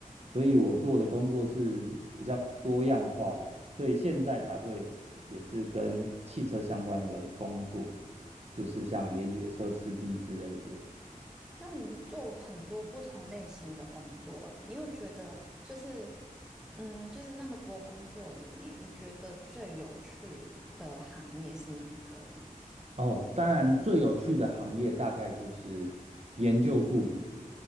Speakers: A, on the right; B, in the centre.
A: 所以我做的工作是比较多样化的，所以现在才会也是跟汽车相关的工作，就是像连接车司机之类的。
B: 那你做很多不同类型的工作，欸你有觉得就是嗯，就是那么多工作里面，你觉得最有趣的行业是哪一个吗？
A: 哦，当然最有趣的行业大概就是研究助理。